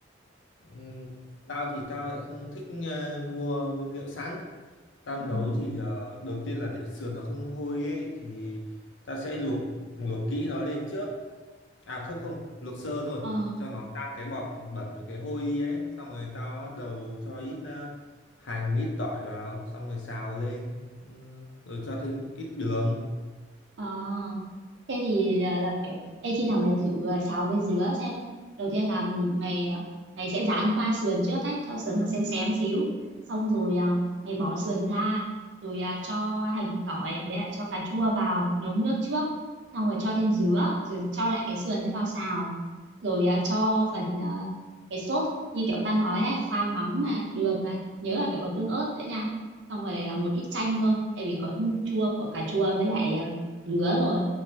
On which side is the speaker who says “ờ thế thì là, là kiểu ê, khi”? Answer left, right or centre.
Right